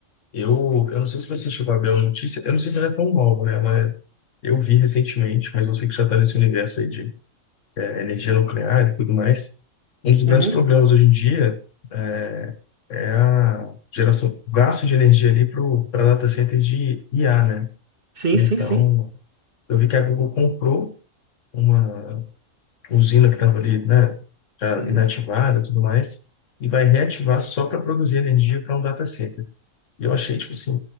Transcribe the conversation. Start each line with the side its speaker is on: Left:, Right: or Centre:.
Left: Eu, eu não sei se você chegou a ver a notícia, eu não sei se ela é tão nova, né? Mas eu vi recentemente, mas você que já está nesse universo aí de eh, energia nuclear e tudo mais. Um dos grandes
Right: Uhum.
Left: problemas hoje em dia é é a geração, gasto de energia ali para data centers de IA, né?
Right: Sim,
Left: Então,
Right: sim, sim.
Left: eu vi que a Google comprou uma usina que estava ali, né, já
Right: Uhum.
Left: inativada e tudo mais, e vai reativar só para produzir energia para um data center. E eu achei, tipo assim,